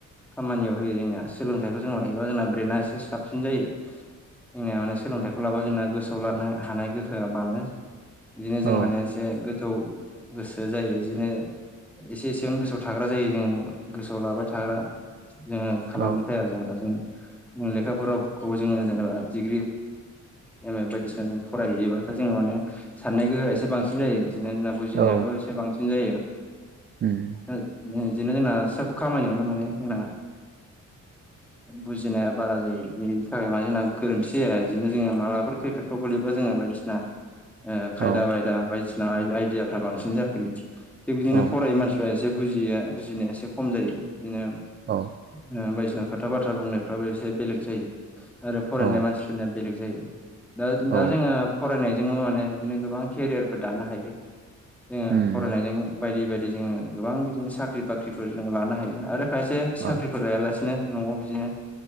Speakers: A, in the centre; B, on the right.
A: खामानियाव होयो जोंनिया सोलोंथाइखौ जों लायोबा जोंना ब्रेना एसे साबसिन जायो जोंनिया माने सोलोंथाइखौ लाबा जोंना गोसोआव लानो हानाय गोहोआ बाङो बिदिनो जों
B: औ
A: माने एसे जौ गोसो जायो बिदिनो एसे एसेमोन गोसोआव थाग्रा जायो जोङो गोसोआव लाबाय थाग्रा जोङो खालामो
B: औ
A: आरो जेनेबा जोंङो लेखाफोरावखौ जोङो जेनेबा डिग्रि एम ए बायदिसिना जों फरायहैयोबाथाय जों माने साननाय गोहोआ एसे बांसिन जायो बिदिनो जोंब बुजिनायाबो
B: औ
A: एसे बांसिन जायो
B: <unintelligible>
A: बिदिनो जोंना सोब खामानियावनो माने जोंना बुजिनाया बारा जायो बेनि थाखाय मा जोंना गोरोन्थि जाया बिदिनो जोङो मालाफोर खैफोदफ्राव गोलैबा जोङो बायदिसिना खायदा
B: औ
A: बायदा बायदि बायदिसिना आइदियाफ्रा बांसिन जाफैयो थिग बिदिनो
B: औ
A: फरायो मानसिफ्रा जा एसे बुजिया बुजिनाया एसे खम जायो बिदिनो
B: औ
A: बायदिसिना खोथा बाथ्रा बुंनायफ्राबो एसे बेलेग जायो आरो फरायनाय
B: औ
A: मानसि बेलग जायो दा
B: औ
A: जोंना फरायनायजोंबो माने बिदिनो गोबां केरियारफोर दानो हायो जोङो
B: उम
A: फरायनायजों बायदि बायदि जोङो गोबां बिदिनो साख्रि बाख्रिफोर जो लानो हायो आरो खायसे साख्रिफोर
B: औ
A: लायालासिनो न'आव बिदिनो